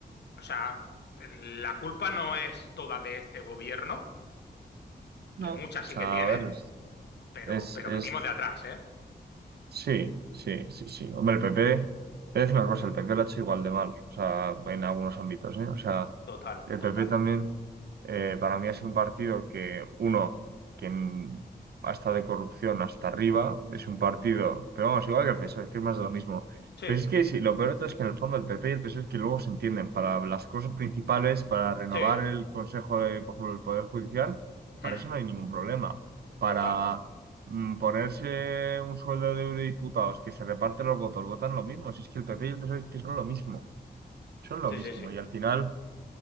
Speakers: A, on the left (about 80°); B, on the right (about 70°).
A: o sea, la culpa no es toda de este gobierno,
B: No,
A: que mucha
B: o
A: sí
B: sea,
A: que tiene,
B: a ver, es,
A: pero,
B: es,
A: pero
B: es-
A: venimos de atrás, ¿eh?
B: sí, sí, sí, sí. Hombre, el PP, es una cosa, el PP lo ha hecho igual de mal, o sea, en algunos ámbitos, ¿eh? O sea,
A: Total,
B: el
A: total.
B: PP también. Eh, para mí ha sido un partido que, uno, que mm, ha estado de corrupción hasta arriba, es un partido, pero vamos, igual que el PSOE, que es más de lo mismo.
A: Sí,
B: Pero es que
A: sí.
B: sí, lo peor de todo es que en el fondo el PP y el PSOE es que luego se entienden para las cosas principales, para renovar
A: Sí,
B: el Consejo de, por ejemplo, el Poder Judicial, para
A: mm,
B: eso no hay ningún problema. Para
A: total.
B: mm, ponerse un sueldo de eurodiputados, que se reparten los votos, votan lo mismo. Si es que el PP y el PSOE es que son lo mismo, son lo
A: Sí,
B: mismo.
A: sí, sí.
B: Y al final